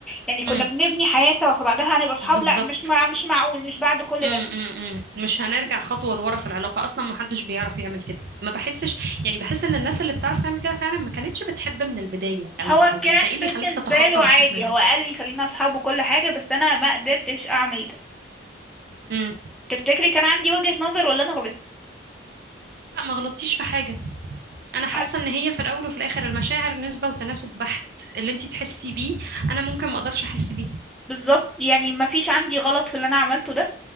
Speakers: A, in the centre; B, on the right.
A: يعني كنا
B: امم
A: بنبني حياه سوا فبعدها هنبقى اصحاب
B: بالظبط
A: لا مش مع مش معقول مش بعد كل
B: امم
A: ده
B: امم مش هنرجع خطوة لورا في العلاقة أصلا ما حدش بيعرف يعمل كده ما بحسش يعني بحس إن الناس اللي بتعرف تعمل كده فعلا ما كانتش بتحب من البداية أو
A: هو
B: أو
A: كان
B: أنت إيه اللي
A: بالنسبه
B: يخليك تتخطى
A: له
B: بالشكل
A: عادي
B: ده
A: هو قال لي خلينا اصحاب وكل حاجه بس انا ما قدرتش اعمل ده
B: امم
A: تفتكري كان عندي وجهة نظر ولا انا غلطت
B: لا ما غلطتيش في حاجة أنا
A: حد-
B: حاسة إن هي في الأول وفي الآخر المشاعر نسبة وتناسب بحت اللي أنت تحسي بيه أنا ممكن ما أقدرش أحس بيه
A: بالظبط يعني ما فيش عندي غلط في اللي انا عملته ده